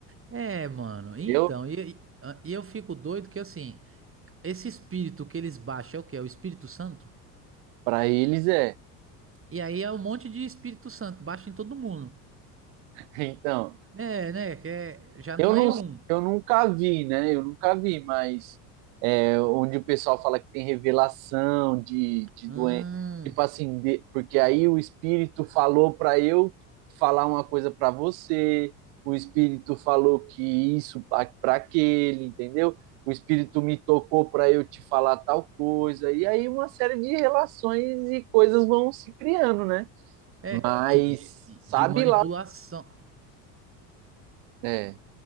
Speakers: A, on the right (about 25°); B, on the right (about 65°).
A: É, mano. Então,
B: entendeu?
A: e, e ah, e eu fico doido que assim, esse espírito que eles baixam é o quê? É o Espírito Santo?
B: Para eles é.
A: E aí é um monte de Espírito Santo, baixa em todo mundo.
B: <laughs> Então,
A: É, né? Que é- já não
B: eu não,
A: é um.
B: eu nunca vi, né? Eu nunca vi, mas onde o pessoal fala que tem revelação de, de
A: Hum,
B: doença. Tipo assim, de, porque aí o espírito falou para eu falar uma coisa para você, o espírito falou que isso para aquele, entendeu? O espírito me tocou para eu te falar tal coisa. E aí uma série de relações e coisas vão se criando, né?
A: é
B: Mas
A: que
B: sabe
A: de manipulação.
B: lá. É,